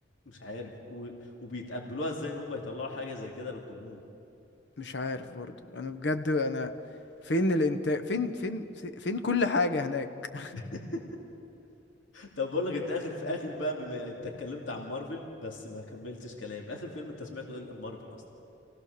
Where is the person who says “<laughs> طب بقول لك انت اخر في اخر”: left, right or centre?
Left